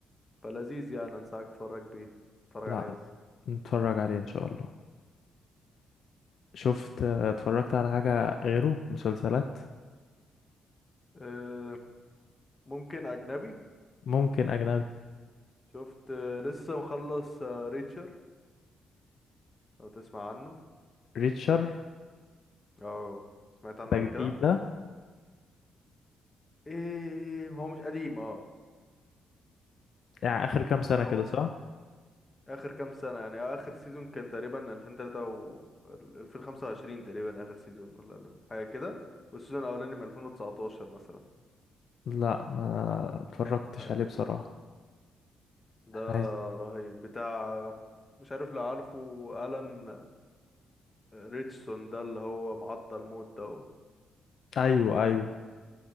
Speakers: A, on the left; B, on the left.
A: فلذيذ يعني انصحك تتفرج بيه تتفرج
B: لا
A: عليه قصدي
B: نتفرج عليه ان شاء الله شفت اتفرجت على حاجة غيره مسلسلات
A: أه ممكن اجنبي
B: ممكن اجنبي
A: شفت آه، لسه مخلص آه، ريتشر لو تسمع عنه
B: ريتشر
A: اه سمعت عنه
B: ده
A: قبل
B: جديد
A: كده
B: ده
A: ايه هو مش قديم اه
B: يعني اخر كام
A: بس
B: سنة
A: هو
B: كده صح
A: اخر كام سنه يعني آه، اخر سيزون كان تقريبا 2003 و 2025 تقريبا اخر سيزون ولا حاجه كده والسيزون الاولاني من 2019 مثلا
B: لا ما اتفرجتش
A: حاجه
B: عليه
A: كده
B: بصراحة
A: مش ده
B: احنا عايز
A: رهيب بتاع مش عارف لو عارفه الان ريتشسون ده اللي هو معضل موت ده
B: ايوه
A: وكان
B: ايوه